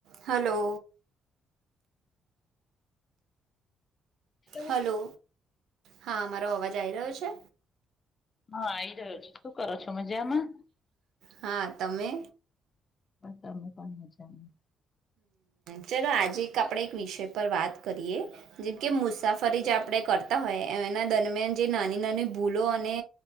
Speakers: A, on the right; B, on the left.
A: Hello.
B: Hello.
A: Hello હા મારો અવાજ આવી‌ રહ્યો છે,?
B: હા એ શું કરો છો મજામાં?
A: હા તમે.
B: તમે પણ મજામાં?
A: ચલો આજે એક આપણે એક વિષય પર વાત કરીએ જેમકે મુસાફરી જે આપણે કરતા હોય એના દરમિયાન જે નાની નાની ભૂલો અને